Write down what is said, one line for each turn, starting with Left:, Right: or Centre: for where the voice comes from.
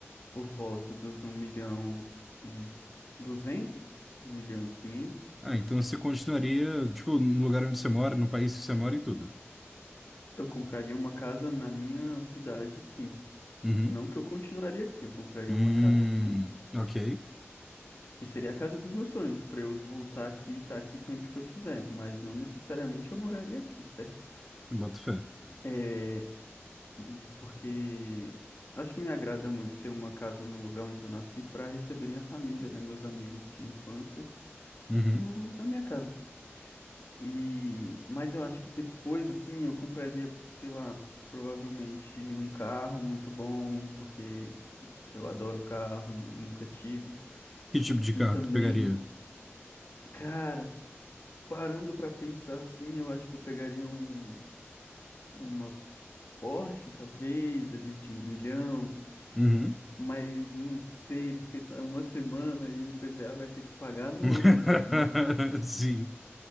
Left: por volta dos um milhão e duzentos, um milhão e 500.
Centre: Ah, então você continuaria, tipo, no lugar onde você mora, no país que você mora e tudo.
Left: Eu compraria uma casa na minha cidade, sim.
Centre: Uhum.
Left: Não que eu continuaria aqui, eu compraria
Centre: Hum,
Left: uma casa aqui.
Centre: ok.
Left: que seria a casa dos meus sonhos, para eu voltar aqui e estar aqui sempre que eu quiser, mas não necessariamente eu moraria aqui, certo?
Centre: Boto fé.
Left: É, hum, porque acho que me agrada muito ter uma casa no lugar onde eu nasci para receber minha família, né, meus amigos de infância,
Centre: Uhum.
Left: no, na minha casa. E, mas eu acho que depois, assim, eu compraria, sei lá, provavelmente um carro muito bom, porque eu adoro carro, nu- nunca tive.
Centre: Que tipo de
Left: E
Centre: carro
Left: também,
Centre: tu pegaria?
Left: cara, Parando pra pensar assim, eu acho que eu pegaria um, uma Porsche, talvez, ali de um milhão,
Centre: Uhum.
Left: mas não sei, porque só é uma semana e o IPVA vai ter que pagar no
Centre: <laughs>
Left: ano, né?
Centre: Sim.